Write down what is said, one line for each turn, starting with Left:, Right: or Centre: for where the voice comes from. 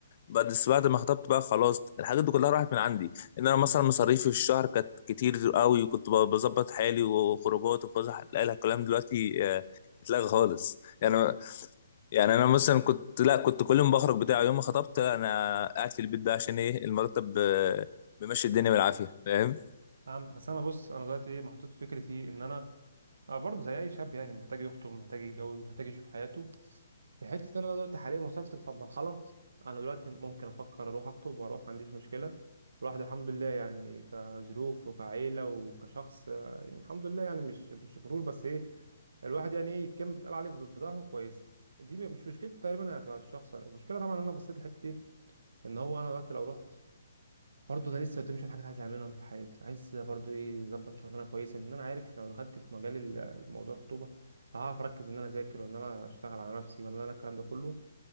Left: بعد بس بعد ما خطبت بقى خلاص الحاجات دي كلها راحت من عندي ان انا مثلا مصاريفي في الشهر كانت كتير قوي وكنت ب- بظبط حالي وخروجات وفسح لا لا، الكلام دلوقتي آه، اتلغى خالص يعني يعني انا مثلا كنت لا كنت كل يوم بخرج بتاع يوم ما خطبت انا قاعد في البيت ده عشان ايه المرتب آه، بيمشي الدنيا بالعافيه فاهم
Right: فهمت بس انا بص انا دلوقتي ايه محطوط في فكرة ايه ان انا أنا برضه زي اي شاب يعني محتاج يخطب محتاج يتجوز محتاج يشوف حياته في حته إن انا دلوقتي حاليا وصلت لمرحله انا دلوقتي ممكن افكر اروح اخطب واروح ما عنديش مشكله الواحد الحمد لله يعني كظروف وكعيله وكشخص آه، يعني الحمد لله يعني مش مش غرور بس ايه الواحد يعني ايه كان بيتقال عليه في في ظهره كويس دي مش مشكلة تقريبا يعني تبع الشخص المشكله طبعا إن انا بصيت للحته دي ان هو انا دلوقتي لو رحت برضه انا لسه قدامي شويه حاجات عايز اعملهم في حياتي عايز برضه ايه اظبط شغلانه كويسه ان انا عارف لو دخلت في مجال ال- الموضوع الخطوبه هعرف اركز ان انا اذاكر وان انا اشتغل على نفسي ولا انا الكلام ده كله